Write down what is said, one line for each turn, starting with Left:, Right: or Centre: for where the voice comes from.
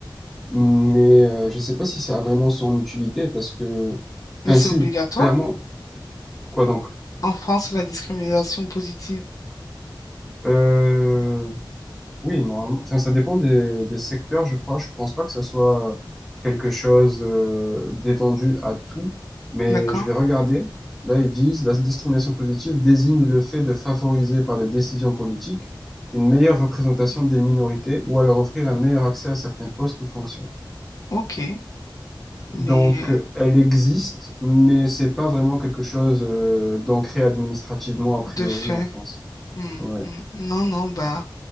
Centre: Mais euh, je sais pas si ça a vraiment son utilité parce que,
Left: Mais
Centre: enfin,
Left: c'est
Centre: si,
Left: obligatoire.
Centre: clairement. Quoi donc?
Left: En France, la discrimination positive.
Centre: Euh, Oui, normalement. Enfin, ça dépend des, des secteurs, je crois. Je pense pas que ça soit quelque chose euh, d'étendu à tout, mais
Left: D'accord?
Centre: je vais regarder. Là, ils disent, la discrimination positive désigne le fait de favoriser par des décisions politiques une meilleure représentation des minorités ou à leur offrir un meilleur accès à certains postes ou fonctions.
Left: Ok.
Centre: Donc,
Left: Mais
Centre: euh, elle existe, mais c'est pas vraiment quelque chose euh, d'ancré administrativement a priori
Left: De fait.
Centre: en France.
Left: Hmm,
Centre: Ouais.
Left: hmm. Non, non, bah,